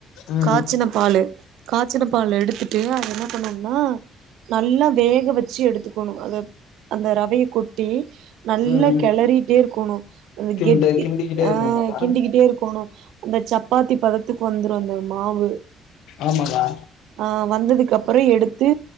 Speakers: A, on the left (about 75°); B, on the right (about 75°).
A: ம்
B: காச்சின பாலு காச்சின பால்ல எடுத்துட்டு அத என்ன பண்ணோன்னா நல்லா வேக வெச்சி எடுத்துக்கோனா அத அந்த ரவைய கொட்டி நல்லோ
A: ம்
B: கெளறீட்டே இருக் க்கோனோ அந்த
A: கிண்டு
B: கெட்டி
A: கிண்டிக்கிட்டே இருக்கணுமாக்கா
B: அ கிண்டிக்கிட்டே இருக்கோனோ அந்த சப் சப்பாத்தி பதத்துக்கு வந்துரும் அந்த மாவு
A: ஆமாக்கா
B: அ வந்ததுக்கு அப்பறம் எடுத்து